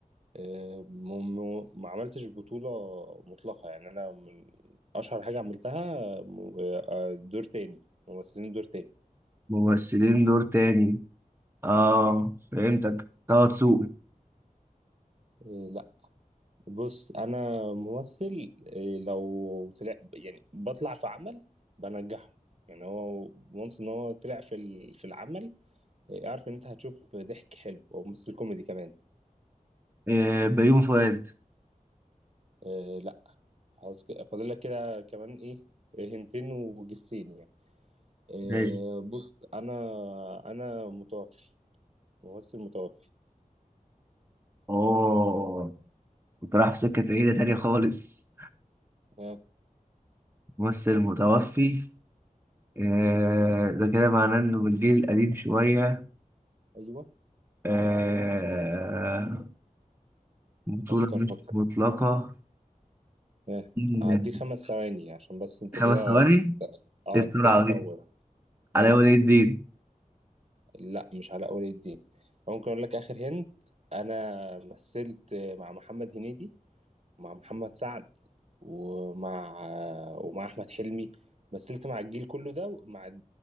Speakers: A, on the right (about 50°); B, on the right (about 15°).
A: إيه م- م- ما عملتش بطوله مطلقه يعني انا من اشهر حاجه عملتها م- آه، دور تاني ممثلين دور تاني
B: ممثلين دور تاني اه فهمتك طه دسوقي
A: إيه لا بص انا ممثل إيه، لو طلع يعني بطلع في عمل بنجحه يعني هو وانس ان هو طلع في ال- في العمل إيه، اعرف ان انت هتشوف ضحك حلو او ممثل كوميدي كمان
B: آه بيوم فؤاد
A: إيه لا خلاص كده فاضل لك كده كمان ايه إيه، هنتين وجسين يعني إيه
B: ماشي
A: بص انا انا متوفي ممثل متوفي
B: اوه كنت رايح في سكه بعيده تانيه خالص
A: آه
B: ممثل متوفي آه ده كده معناه انه بالجيل القديم شويه
A: ايوه
B: آه بطولة
A: فكر
B: مش
A: فكر
B: مطلقة
A: آه
B: إن
A: هديك خمس ثواني عشان بس انت
B: خمس
A: كده
B: ثواني
A: اه
B: إيه السرعة
A: انت كده مطول
B: دي
A: يلا
B: علي ولي الدين
A: لا مش على اول الدين ممكن اقول لك اخر هند انا مثلت مع محمد هنيدي ومع محمد سعد ومع ومع احمد حلمي مثلت مع الجيل كله ده مع